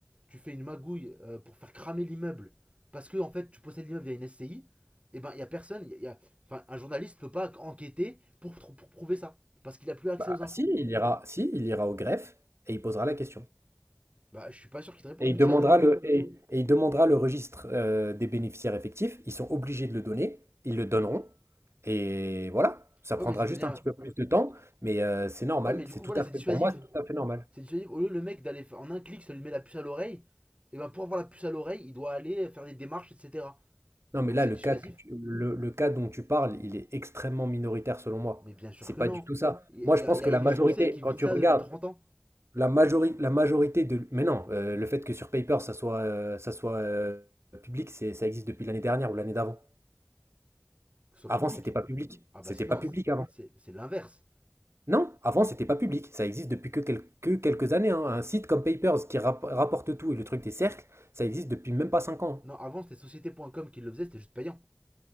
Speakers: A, on the right; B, on the right.
A: tu fais une magouille euh, pour faire cramer l'immeuble parce que en fait tu possèdes l'immeuble via une SCI, et ben il y a personne, y a- y a- enfin un journaliste ne peut pas enquêter pour, pour prouver ça parce qu'il a plus accès
B: Bah,
A: aux infos.
B: si, il ira, si, il ira au greffe et il posera la question.
A: Bah je suis pas sûr qu'il te réponde
B: Et il
A: vu
B: demandera
A: que c'est anonyme.
B: le, et, et il demandera le registre euh, des bénéficiaires effectifs. Ils sont obligés de le donner. Ils le donneront. Et voilà. Ça
A: Ouais
B: prendra
A: mais ça devient,
B: juste un petit peu plus de temps, mais euh, c'est normal.
A: ouais mais du
B: C'est
A: coup
B: tout
A: voilà
B: à
A: c'est
B: fait,
A: dissuasif,
B: pour moi, c'est tout à fait normal.
A: c'est dissuasif. Au lieu le mec d'aller en un clic ça lui met la puce à l'oreille, et ben pour avoir la puce à l'oreille il doit aller faire des démarches etc.
B: Non, mais
A: Donc
B: là,
A: c'est
B: le
A: dissuasif.
B: cas que tu- le, le cas dont tu parles, il est extrêmement minoritaire selon moi.
A: Mais bien sûr
B: C'est
A: que
B: pas
A: non.
B: du tout ça.
A: Il
B: Moi,
A: y,
B: je
A: a-
B: pense
A: il y
B: que
A: a Élise
B: la majorité,
A: Lucet qui
B: quand
A: vit
B: tu
A: ça
B: regardes,
A: depuis trente ans,
B: La, majori- la majorité de. Mais non, euh, le fait que sur Paper, ça soit, euh, ça soit euh, public, c'est, ça existe depuis l'année dernière ou l'année d'avant.
A: que ce soit
B: Avant,
A: public.
B: c'était pas public.
A: Ah bah
B: C'était
A: c'est-
B: pas
A: non,
B: public avant.
A: c'est c'est l'inverse.
B: Non, avant, c'était pas public. Ça existe depuis que, quel- que quelques années. hein. Un site comme Papers qui rap- rapporte tout et le truc des cercles, ça existe depuis même pas cinq ans.
A: Non,
B: hein.
A: avant c'était société.com qui le faisait, c'était juste payant.